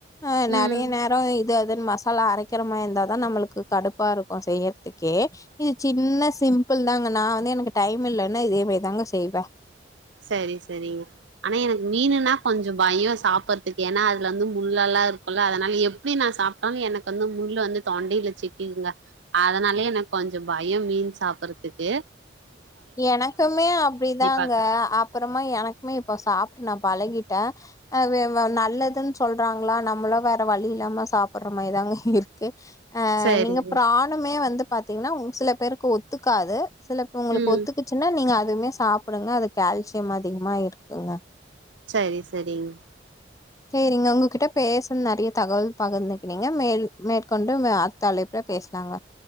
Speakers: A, on the left; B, on the right.
A: அ நெறைய
B: ம்
A: நேரோ இது அதுன்னு மசாலா அரை க்கிற மாரி இருந்தா தா நம்மளுக்கு கடுப்பா இருக்கு செய்யறதுக்கே இது சின்ன சிம்பிள் தாங்க நா வந்து எனக்கு டைம் இல்லன்னா இதே மாரி தாங்க செய்வ
B: சரி சரிங் ஆனா எனக்கு மீனுன்னா கொஞ்சோ பயோ சாப்புறத்துக்கு ஏன்னா அதுல வந்து முள்ளல்லா இருக்கோல்ல அதனால எப் அப்டி நா சாப்ட்டாலு எனக்கு வந்து முள்ளு வந்து தொண்டையில சிக்கிகுங்க அதனாலேயே எனக்கு கொஞ்சோ பயோ மீன் சாப்புறத்துக்கு
A: எனக்குமே அப்டிதாங்க
B: பாக்க
A: அப்பறமா எனக்குமே இப்போ சாப்ட்டு நா பழகிட்ட அ வே வ நல்லதுன்னு சொல்றாங்ளா நம்மளு வேற வழி இல்லாம சாப்பற மாரிதாங்க இருக்கு அ
B: செரிங்க
A: நீங்க பிரானுமே வந்து பாத்தீங்ன்னா ஒரு சில பேருக்கு ஒத்துக்காது சில உங்களுக்கு
B: ம்
A: ஒத் துக்குச்சுன்னா நீங்க அதுவுமே சாப்டுங்க அது கால்சியம் அதிகமா இருக்குங்க
B: சேரி செரிங்
A: சேரிங்க உங்ககிட்ட பேசு நெறைய தகவல் பகிர்ந்துக்குனீங்க மேல் மேற்கொண்டு நம்ம அடுத்த அழைப்புல பேசலாங்க